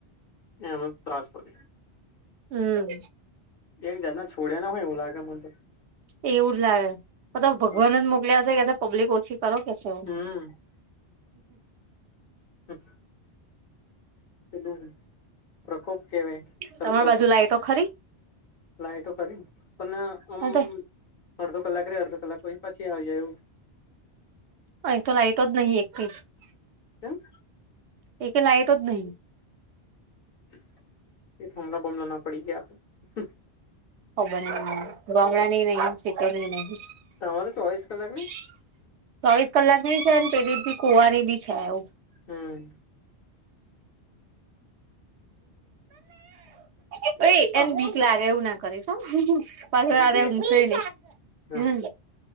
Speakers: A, on the left; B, on the right.
A: એનો જ તાસ પડે
B: હમ
A: એક જાતના છોડ્યા ના હોય એવું લાગે મનેતો
B: એવું જ લાગે મતલબ
A: તો
B: ભગવાન જ મોકલ્યા હશે કે પબ્લિક ઓછી કરો કે છેું
A: હમ
B: <inaudible>
A: હમ પેલું પ્રકોપ કેવાય છ
B: તમારી
A: પ્રકોપ
B: બાજુ લાઈટો ખરી
A: લાઈટો ખરીને પન અમ
B: અહીં
A: અડધો કલાક રેય અડધો કલાક પહી પાછી આવી જાય એવું
B: <unintelligible>
A: કેમ
B: <unintelligible>
A: <unintelligible> ના પડી ગયા હોય
B: <inaudible>
A: તમારે ચોવીસ કલાક ની
B: ચોવીસ કલાક <inaudible>
A: હમ
B: <inaudible>
A: હા હ બે હા
B: હમ